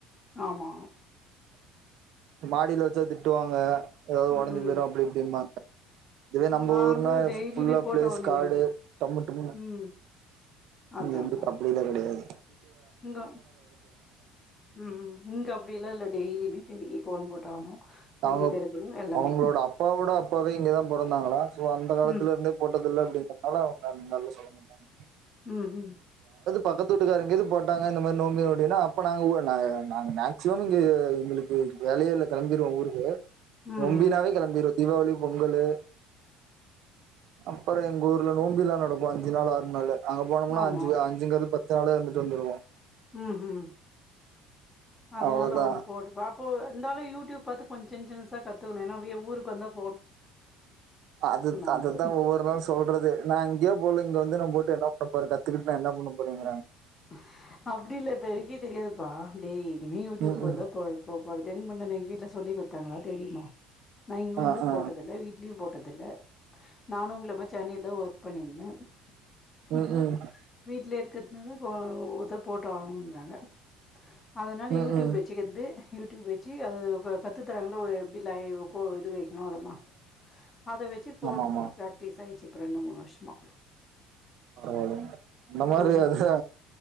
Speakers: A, on the left (about 15°); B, on the right (about 50°).
A: ஆமா
B: மாடில வச்சா திட்டுவாங்க ஏதாவது
A: ம்
B: ஒடஞ்சு
A: ம்
B: போயிடும் அப்டி இப்டின்பாங்க இதுவே நம்ம
A: நாங்க
B: ஊர்னா
A: டெய்லியுமே
B: ஃபுல்லா
A: போட்டோ
B: பிளேஸ்
A: நீங்க
B: காடு டம்மு டும்முன்னு
A: ம் அதா
B: இங்க வந்துட்டு
A: அதா
B: அப்டிலா கெடயாது
A: இங்க உம் ம் இங்க அப்டிலாம் இல்ல டெய்லியுமே பெரிய கோலம் போட்டாவனு வீடு
B: அவங்க
A: பெருக்கணு எல்லாமே
B: அவங்களோட அப்பாவோட அப்பாவே இங்கதான் பொறந்தாங்களாம் சோ அந்த காலத்துல
A: ம்
B: இருந்தே போட்டதுல <unintelligible> அவங்க அந்த மாரிலா சொல்ல மாட்டாங்க
A: உம் உம்
B: பக்கத்தூட்டுக்காரங்கேது போட்டாங்க இந்த மாரி நோம்பி நொடின்னா அப்ப நாங்க ஒ நாங்க ஆஹ் நாங்க மேக்சிமம் இங்க எங்களுக்கு வேலையேல்ல கெளம்பிருவோம் ஊருக்கு
A: ம்
B: நொம்பினாவே
A: ம்
B: கெளம்பிருவோம் தீபாவளி பொங்கலு அப்புறம் எங்க ஊர்ல நோம்பிலாம் நடக்கும் அஞ்சு நாளு ஆறு நாளு அங்க போனோமுனா
A: ஆமா
B: அஞ்சு அஞ்சுங்கறது பத்து நாளா இருந்துட்டு வந்துருவோம்
A: ம் ம் அதனால
B: அவ்ளோதா
A: அவங்க போட்டுப்பா அப்போ இந்தால் அப்ரோ யூடியூப் பாத்து கொஞ்சொ சின் சின்னசா கத்துக்கணும் ஏன்னா வீயு ஊருக்கு வந்தா ப்
B: அது
A: அவங்க
B: அதுதான் ஒவ்வொரு நாளும் சொல்றது நான் எங்கயோ போல இங்க வந்து நம்மூட்ட என்னா பண்ணப் போற கத்துக்கிட்டு நா என்ன பண்ணப் போறேங்கறாங்க
A: ஆஹ் அப்டில் இல்ல இப்ப எனக்கே தெரியாதுப்பா டெய்லியுமே யூடியூப்
B: ம்
A: பாத்துதான்
B: ம்
A: <unintelligible> ஒனக்கு தெரியுன்னு <unintelligible> ல்ல சொல்லி குடுத்தாங்களா தெரியுமா நான் இங்க
B: ஆ
A: வந்தும்
B: ஆ
A: போட்டதில்ல வீட்லயும் போட்டதில்ல நானும் உங்கள மாரி சென்னைல ஒர்க் பண்ணினுருந்தேன்
B: ம்
A: இப்போ
B: ம்
A: வீட்ல இருக் இருக்கறதுனால இப்ப ஒருத்தர் போட்டாவணுன்றாங்க அதனால
B: ம்
A: யூடியூப்
B: ம்
A: வச்சுக்கற்து யூடியூப் வச்சு அது வ கத்து தறாங்க எப்டி லைவ் கோ இது வைக்கணு அதெல்லா அத வெச்சு போட்டு
B: ஆமா ஆமா
A: போட்டு பிராக்டிஸ் ஆயிடுச்சு இப்ப ரெண்டு மூணு வருஷமா
B: பரவாயில்லங்க அந்த மாரி
A: ம்
B: அடிச்சா